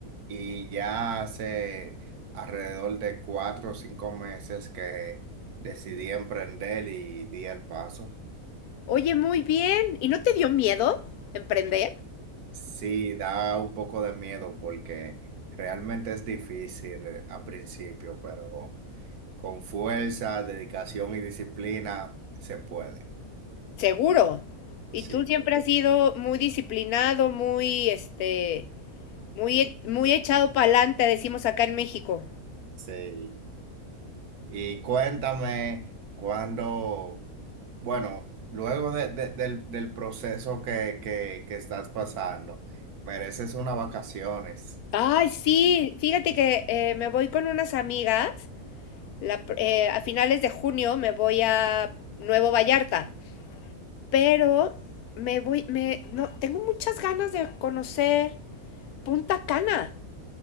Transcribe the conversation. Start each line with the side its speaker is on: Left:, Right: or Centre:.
Right: y ya hace alrededor de cuatro o cinco meses que decidí emprender y di el paso.
Left: Oye, muy bien. ¿Y no te dio miedo emprender?
Right: Sí, da un poco de miedo porque realmente es difícil eh, a principio, pero con fuerza, dedicación y disciplina se puede.
Left: Seguro. Y tú
Right: Sí,
Left: siempre
Right: cl-
Left: has sido muy disciplinado, muy, este, Muy, e- muy echado para adelante, decimos acá en México.
Right: sí. Y cuéntame cuando, bueno, luego de- de- del, del proceso que, que, que estás pasando, mereces unas vacaciones.
Left: Ay, sí, fíjate que eh, me voy con unas amigas. la pr- eh, a finales de junio me voy a Nuevo Vallarta. Pero me voy, me, no, tengo muchas ganas de conocer Punta Cana.